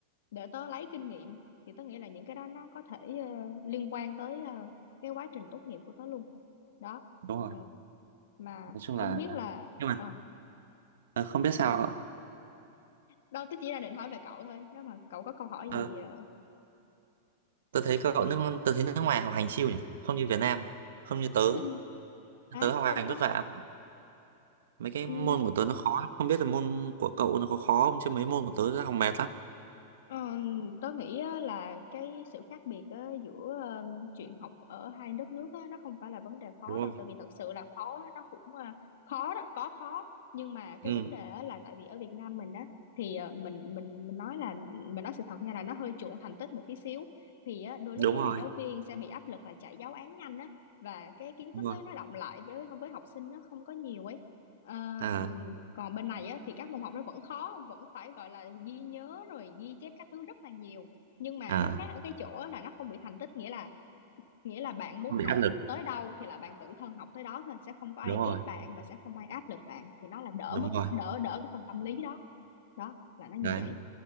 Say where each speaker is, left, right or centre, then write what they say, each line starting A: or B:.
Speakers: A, on the left; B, on the right.
A: để tớ lấy kinh nghiệm thì tớ nghĩ là những cái đó nó có thể ờ, liên quan tới ờ, cái quá trình tốt nghiệp của tớ luôn đó
B: đúng rồi
A: ừ. mà
B: nói chung
A: không
B: là
A: biết là
B: nhưng mà
A: ờ
B: ờ, không biết sao cậu
A: đâu tớ chỉ là định hỏi về cậu thôi nếu mà cậu có câu hỏi gì
B: Ờ,
A: ờ,
B: tớ thấy cậu nước tớ thấy nước ngoài học hành chill nhỉ không như Việt Nam không như tớ
A: <laughs> à
B: tớ học
A: không
B: hành
A: có
B: vất vả mấy cái
A: Ừ,
B: môn của tớ nó khó lắm không biết là môn của cậu nó có khó không chứ mấy môn của tớ nó học mệt lắm
A: Ờ, tớ nghĩ á, là cái sự khác biệt á, giữa ờ, chuyện học ở hai đất nước á, nó không phải là vấn đề khó
B: đúng
A: đâu
B: không
A: tại vì thật sự là khó á, nó cũng ờ, khó đó có khó nhưng mà cái
B: ừ
A: vấn đề á, là tại vì ở Việt Nam mình á thì ờ, mình mình mình nói là mình nói sự thật nha là nó hơi chuộng thành tích một tí xíu thì á, đôi
B: đúng
A: lúc á,
B: rồi
A: là giáo viên sẽ bị áp lực là chạy giáo án nhanh á và cái kiến
B: đúng
A: thức
B: rồi
A: á, nó đọng lại với với học sinh nó không có nhiều ấy Ờ,
B: à
A: ừm, còn bên này á, thì các môn học nó vẫn khó vẫn phải gọi là ghi nhớ rồi ghi chép các thứ rất là nhiều nhưng mà
B: à
A: nó khác ở cái chỗ á là nó không bị thành tích nghĩa là nghĩa là bạn
B: không
A: muốn học
B: bị áp lực
A: tới đâu thì là bạn tự thân học tới đó thôi sẽ không có ai
B: đúng
A: ép
B: rồi
A: bạn và sẽ không ai áp lực bạn thì nó là đỡ
B: đúng
A: mất
B: rồi
A: cái đỡ đỡ cái phần tâm lý đó đó là nó như
B: đấy
A: vậy